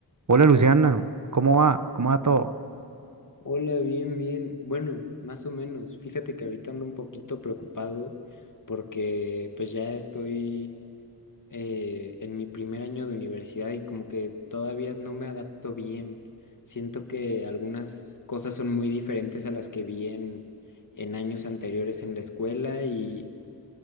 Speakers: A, on the right; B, on the left.
A: Hola Luciana, ¿cómo va? ¿Cómo va todo?
B: Hola, bien, bien. Bueno, más o menos. Fíjate que ahorita ando un poquito preocupado porque pues ya estoy eh, en mi primer año de universidad y como que todavía no me adapto bien. Siento que algunas cosas son muy diferentes a las que vi en, en años anteriores en la escuela y,